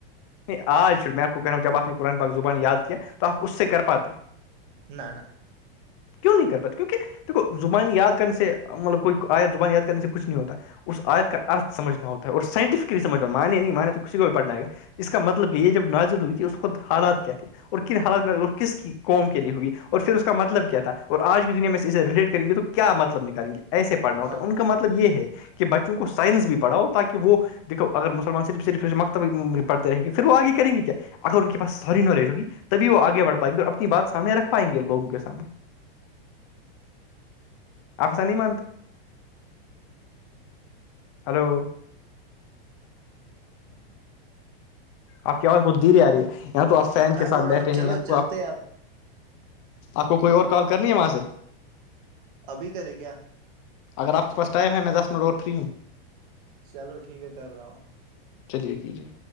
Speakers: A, on the left (about 30°); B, on the right (about 55°).
A: نہیں آج میں آ کواوں جب آپ نے قرآن پاک زبان یاد کیا آپ اس سے کر پاتے
B: نہ نہ
A: کیوں نہیں کر پاتے کیونکہ دیکھو زبان یاد کرنے سے مطلب کوئی آیا زبان یاد کرنے سے کچھ نہیں ہوتا اس آیت کا ارت سجھنا ہوتا ہے اور سائنٹیفکلی سجھنا منی نہیں مانے تو ک کو بھی پڑھنا آئےا اس کا مطلب یہ جب نازل ہوئی تھی اس خت حالات کیا تھے اور کن حالات میں اور کس کی قوم کے لیے ہوئی اور پھر اس کا مطلب کیا تھا اور آج کی دنیا میں اسے ریلیٹ کریں گی تو کیا مطلب نکالیں گ ایے پڑھنا ہوتا
B: ہاں
A: ہے ان کا مطلب یہ ہے کہ بچوں کو سائنس بھی پڑھاؤ تاکہ وہ دیکو اگر مسلمان صرف صرفمک پڑتے رہیں گے پھر وہ آگے کریں گی کیا اگر ان کے پاس ساری نالج ہوگی تھی وہ آگے بھ پائیں گے اور اپنی بات سامنے رکھ پائیں گےوگوں کے سامنے افذا نہیں مانتے
B: چلو
A: ہلو
B: چلو چلتے آ
A: آپ کی آواز بہت در آ رہی ہے یا تو آپ فین
B: میں
A: کے ساتھ
B: بول رہا
A: بیٹھے
B: ہوں چلو
A: ہیں یا
B: چلتے
A: تو آپ
B: اب
A: آپ کو کوئی اور کال کرنی ہے وہاں سے
B: ابھی کرے کیا
A: اگر آپ کے پاس ٹائم ہے میں دس منٹ اور فری ہوں
B: چلو ٹھیک ہے کر رہا ہوں
A: چلیے کیجیے